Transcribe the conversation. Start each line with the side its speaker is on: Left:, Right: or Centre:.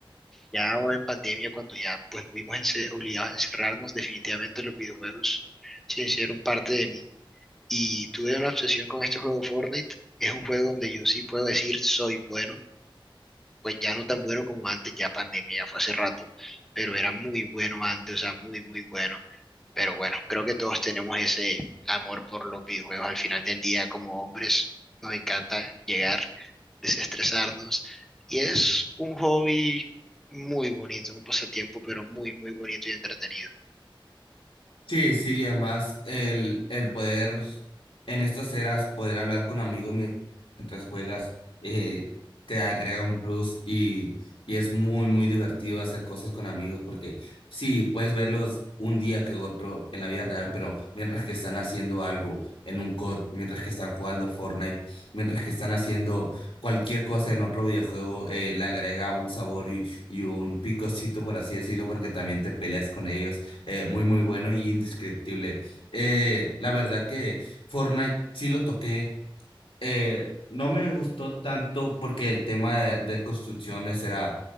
Centre: Ya ahora en pandemia, cuando ya pues nos vimos ence- obligados a encerrarnos, definitivamente los videojuegos se hicieron parte de mí. Y tuve una obsesión con este juego Fortnite, es un juego donde yo sí puedo decir soy bueno pues ya no tan bueno como antes, ya pandemia, ya fue hace rato, pero era muy bueno antes, o sea, muy, muy bueno. Pero bueno, creo que todos tenemos ese amor por los videojuegos. Al final del día, como hombres, nos encanta llegar, desestresarnos. Y es un hobby muy bonito, un pasatiempo, pero muy, muy bonito y entretenido.
Left: Sí, sí, y además el, el poder en estas eras, poder hablar con amigos mien- mientras juegas, eh, te agrega un plus y, y es muy, muy divertido hacer cosas con amigos porque sí, puedes verlos un día que otro en la vida real, pero mientras que están haciendo algo en un COD, mientras que están jugando Fortnite, mientras que están haciendo cualquier cosa en otro videojuego, eh, le agrega un sabor y, y un picocito, por así decirlo, porque también te peleas con ellos eh, muy, muy bueno y indescriptible. Eh, la verdad que Fortnite sí lo toqué. eh, no me gustó tanto porque el tema de, de construcciones era